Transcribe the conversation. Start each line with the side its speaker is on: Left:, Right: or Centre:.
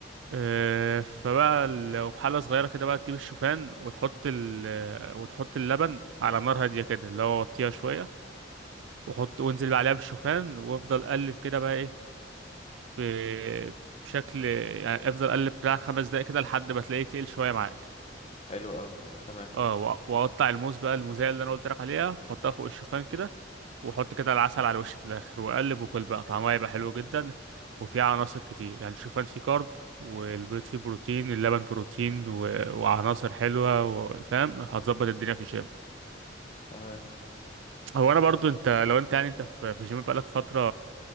Right: آه، فبقى لو في حلة صغيرة كده بقى تجيب الشوفان وتحط ال آه، وتحط اللبن على نار هادية كده اللي هو وطيها شوية وحط وانزل بقى عليها بالشوفان وافضل قلب كده بقى ايه ب- بشكل يعني افضل قلب بتاع خمس دقايق كده لحد ما تلاقيه تقل شوية معاك
Left: حلو قوي تمام
Right: اه وأ- واقطع الموز بقى الموزايه اللي انا قلت لك عليها واحطها فوق الشوفان كده واحط كده العسل على الوش في الاخر واقلب وكل بقى طعمها يبقى حلو جدا وفيه عناصر كتير يعني الشوفان فيه كارب والبيض فيه بروتين اللبن بروتين و... وعناصر حلوه و... فاهم هتظبط الدنيا في الجيم
Left: تمام
Right: هو انا برضو انت لو انت يعني انت في في الجيم بقالك فتره